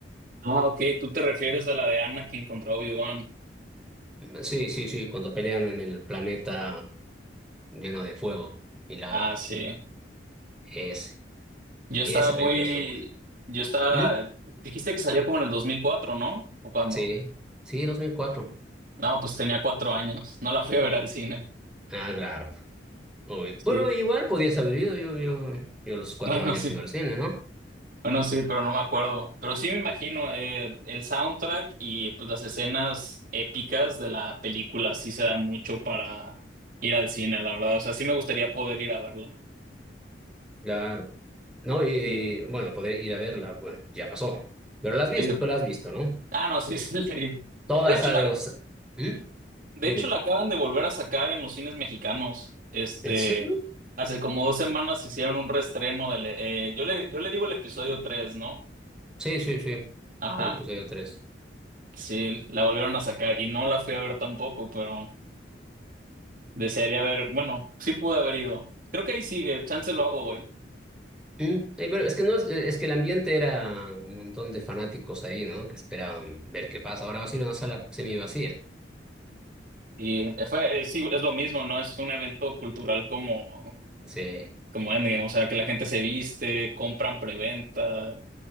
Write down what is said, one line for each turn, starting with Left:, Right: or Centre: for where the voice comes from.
Right: Ah, ok, tú te refieres a la de Anna Anakin contra Obi-Wan.
Centre: Sí, sí, sí, cuando pelean en el planeta lleno de fuego y lava.
Right: Ah, sí.
Centre: Ese,
Right: Yo
Centre: esa
Right: estaba muy...
Centre: película estuvo buena.
Right: Yo estaba...
Centre: ¿Mm?
Right: Dijiste que salió como en el 2004, ¿no? ¿O cuándo?
Centre: Sí, sí, 2004.
Right: No, pues tenía cuatro años. No la fui a ver al cine.
Centre: Ah, claro. Uy, pero
Right: Sí.
Centre: igual podías haber ido, yo, yo, yo a los cuatro
Right: Bueno,
Centre: años
Right: <laughs> sí.
Centre: iba al cine, ¿no?
Right: Bueno, sí, pero no me acuerdo. Pero sí me imagino eh, el soundtrack y pues las escenas épicas de la película sí se dan mucho para ir al cine, la verdad. O sea, sí me gustaría poder ir a verlo.
Centre: Claro. No, y, y,
Right: Sí.
Centre: bueno, poder ir a verla, bueno, ya pasó. Pero la has visto,
Right: Sí.
Centre: la has visto, ¿no?
Right: Ah, no, sí, sí. <laughs>
Centre: Toda
Right: De
Centre: la
Right: hecho,
Centre: saga
Right: la,
Centre: de Gosa- ¿Mm?
Right: de
Centre: Dime,
Right: hecho, la acaban de volver a sacar en los cines mexicanos. Este,
Centre: ¿en serio?
Right: hace como dos semanas hicieron un reestreno del, eh, yo le, yo le digo el episodio tres ¿no?
Centre: Sí, sí, sí.
Right: Ajá.
Centre: Sí, le puse yo tres.
Right: Sí, la volvieron a sacar y no la fui a ver tampoco, pero desearía ver, bueno, sí pude haber ido. Creo que ahí sigue, chance lo hago hoy.
Centre: ¿Mm? Eh, pero es que no es, es que el ambiente era un montón de fanáticos ahí, ¿no? Que esperaban ver qué pasa. Ahora va a ser una sala semi vacía.
Right: Y fue, eh, sí, es lo mismo, ¿no? Es un evento cultural como,
Centre: Sí.
Right: como Endgame, o sea, que la gente se viste, compran preventa.